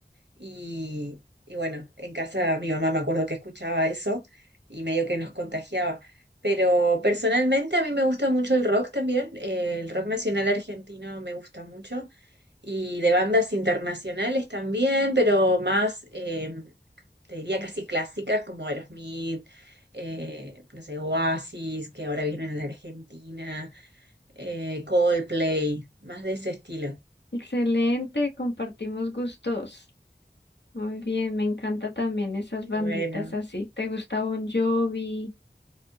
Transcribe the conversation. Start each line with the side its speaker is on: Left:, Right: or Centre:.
Right: Y, y bueno, en casa mi mamá me acuerdo que escuchaba eso y medio que nos contagiaba. Pero personalmente a mí me gusta mucho el rock también. eh, el rock nacional argentino me gusta mucho. Y de bandas internacionales también, pero más, eh, te diría casi clásicas como Aerosmith, eh, no sé, Oasis, que ahora vienen a la Argentina, eh, Coldplay, más de ese estilo.
Left: Excelente, compartimos gustos. Muy bien, me encanta también esas
Right: Qué
Left: banditas
Right: bueno,
Left: así. ¿Te gusta Bon Jovi,